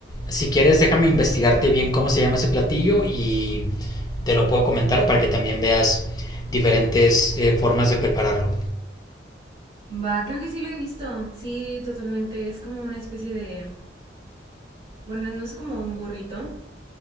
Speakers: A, on the left; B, on the right.
A: si quieres, déjame investigarte bien cómo se llama ese platillo y te lo puedo comentar para que también veas diferentes eh, formas de prepararlo.
B: Va, creo que sí lo he visto. Sí, totalmente. Es como una especie de... Bueno, no es como un burrito,